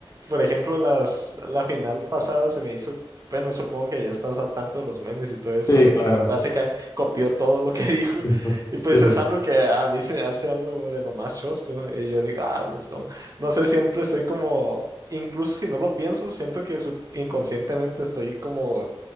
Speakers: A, on the right (about 40°); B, on the left (about 35°).
A: Por ejemplo, las, la final pasada se me hizo, bueno, supongo que ya estás al tanto de los memes y todo eso,
B: Sí,
A: de
B: claro.
A: que básicamente copió todo lo que <laughs> dijo.
B: Dijo,
A: Y
B: sí.
A: pues es algo que a mí se me hace algo de lo más chosco. Y yo digo, ah, pues no, no sé, siempre estoy como, incluso si no lo pienso, siento que sub- inconscientemente estoy como